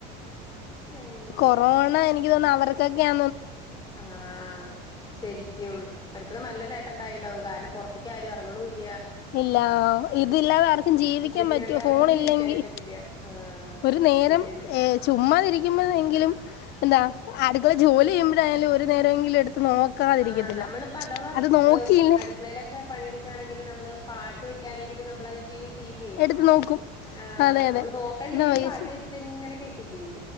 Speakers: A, on the left; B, on the left.
A: എങ്ങനെ
B: കൊറോണ എനി തോന്നുന്നു അവർക്കൊക്കെയാ
A: ആഹ ശരിക്കും അവർക്ക് നല്ല നേട്ടം ഉണ്ടായിണ്ടാവും കാരണം പുറത്ത് ത്തിക്കാരും ഇറങ്ങണൂല്ല്യ
B: ഇല്ല ഇതില്ലാതെ ആർക്കും ജീവിക്കാൻ
A: ഇതില്ലാണ്ട്
B: പറ്റോ
A: ആർക്കും
B: ഫോൺ
A: ജീവിക്കാനും
B: ഇല്ലെങ്കിൽ
A: പറ്റില്ല ആ
B: ഒരു നേരം
A: ശരിയന്നെ
B: ഏ ചുമ്മാതിരിക്കുമ്പോഴങ്കിലും എന്താ അടുക്കള ജോലി ചെയ്യുമ്പൊഴായാലും ഒരു നേരംങ്കിലും എടുത്ത് നോക്കാതിരിക്കത്തില്ല
A: ആഹ നമ്മളിപ്പോ അഥവാ
B: അത് നോക്കിയില്ലേ
A: അടുക്കളയിലൊക്കെ പണിയെടുക്കയാണെങ്കിൽ നമ്മള് പാട്ട് വെക്കാനെങ്കിലും നമ്മളത് യൂസയ്യിലെ
B: എടുത്ത് നോക്കും
A: ആ
B: അതെ അതെ
A: നമ്മള് നോക്കാൻല്ലെങ്കിലും
B: അതാ വൈഫ്
A: പാട്ട് വെച്ചിട്ട് ഇങ്ങനെ ത്തില്ലേ